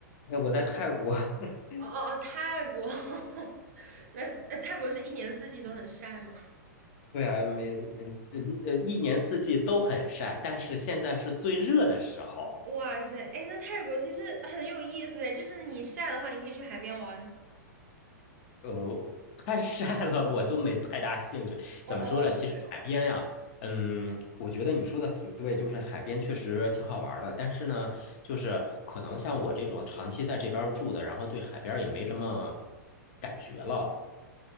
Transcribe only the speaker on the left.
哎，我在泰国，<laughs>
对啊，每嗯嗯呃一年四季都很晒，但是现在是最热的时候。
哦，太晒了，我都没太大兴趣。
怎么说呢？
其实海边呀，
嗯，我觉得你说的挺对，就是海边确实挺好玩儿的。但是呢，就是可能像我这种长期在这边儿住的，然后对海边儿也没什么感觉了。